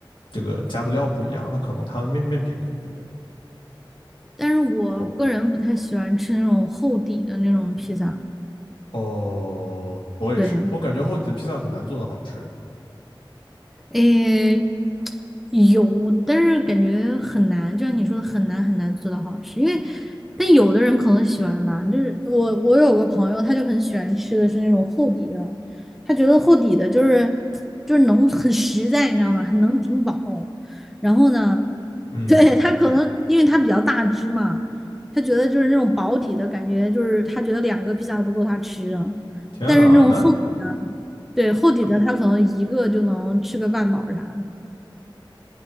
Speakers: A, on the left (about 75°); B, in the centre.
A: 这个加的料不一样，那可能它的面面饼也不一样。
B: 但是我个人不太喜欢吃那种厚底的那种披萨。
A: 好哦，我也是，
B: 对。
A: 我感觉后脊的披萨很难做的好吃诶。
B: 诶，有，但是感觉很难，就像你说的，很难很难做到好吃。因为，但有的人可能喜欢吧，就是我我有个朋友，他就很喜欢吃的是那种厚底的，他觉得厚底的就是就是能很实在，你知道吗？很能顶饱。然后呢，
A: 嗯，
B: 对，他可能因为他比较大只嘛，他觉得就是那种薄底的感觉，就是他觉得两个披萨都不够他吃的，
A: 天呐，
B: 但是那种厚底的，
A: 那
B: 对，厚底的他可能一个就能吃个半饱啥的。